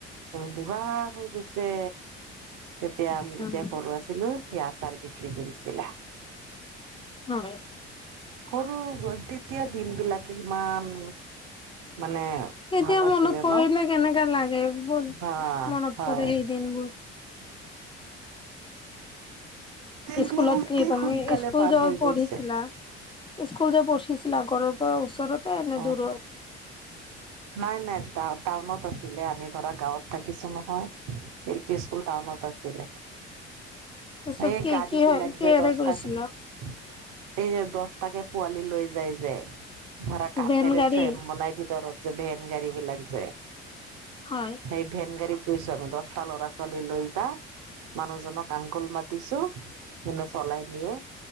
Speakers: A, on the right; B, on the left.
A: বুঢ়া হৈ গৈছে। তেতিয়া আমি
B: উম
A: যেতিয়া সৰু আছিলো, সি আচাৰ বিক্ৰী কৰিছিলে।
B: হয়।
A: সৰু তেতিয়া দিন বিলাকে ইমান মানে-
B: এতিয়া
A: ভাল আছিলে
B: মনত পৰিলে
A: ন'?
B: কেনেকা লাগে বহুত
A: হা
B: মনত
A: হয়।
B: পৰে সেই দিনবোৰ
A: এইবোৰ
B: স্কুলত
A: অতি
B: কি তুমি
A: সোনকালে
B: স্কুল
A: পাৰ
B: যাব
A: হৈ
B: পঢ়িছিলা?
A: গৈছে
B: স্কুল যে পঢ়িছিলা ঘৰৰ পৰা ওচৰতে এনে
A: অ
B: দূৰত?
A: নাই নাই টাউনত আছিলে আমি ধৰা গাঁৱত থাকিছো নহয়। এল পি স্কুল টাউনত আছিলে।
B: পিছত
A: এই
B: কি
A: গাৰিবিলাক
B: কি হয় কিহেৰে
A: যে দহটাকে-
B: গৈছিলা
A: এই দহটাকে পোৱালি লৈ যায় যে। ধৰা কাঠেৰে
B: ভেন গাড়ী
A: ফ্ৰেম বনাই ভিতৰত যে ভেন গাড়ী বিলাক যে।
B: হয়।
A: সেই ভেন গাড়ীত গৈছো আমি দহটা ল'ৰা ছোৱালী লৈ যায়। মানুহজনক আংকুল মাতিছো, কোনে চলাই নিয়ে